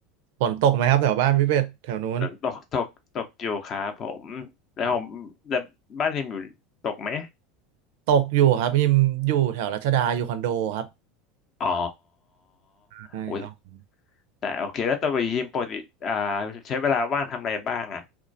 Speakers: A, on the right; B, on the left.
A: ฝนตกไหมครับแถวบ้านพี่เป็ดแถวนู้น
B: ตกตกตกอยู่ครับผมแล้วผมแต่บ้านฮิมอยู่ตกไหม
A: อ๋อตกอยู่ครับพิมอยู่แถวรัชดาอยู่คอนโดครับ
B: อ๋อ
A: ใช่ครับ
B: โอ้ยแต่โอเคแล้วตัวฮิมปกติอ่าใช้เวลาว่างทำอะไรบ้างอ่ะ